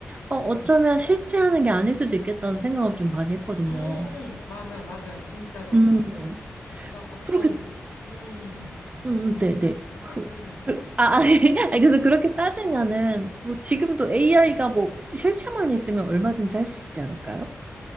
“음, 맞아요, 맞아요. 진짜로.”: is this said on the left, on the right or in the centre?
Left